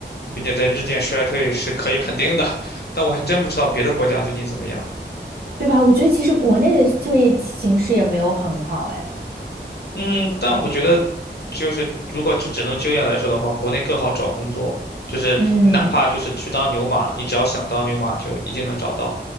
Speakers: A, on the left; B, on the right.
A: 并且在日渐衰退是可以肯定的，<laughs> 但我还真不知道别的国家最近怎么样。
B: 对吧？我觉得其实国内的就业形势也没有很好，哎，
A: 嗯，但我觉得，就是如果就只能就业来说的话，国内更好找工作。就是你哪怕就是去当牛马，
B: 嗯，
A: 你只要想当牛马，就一定能找到。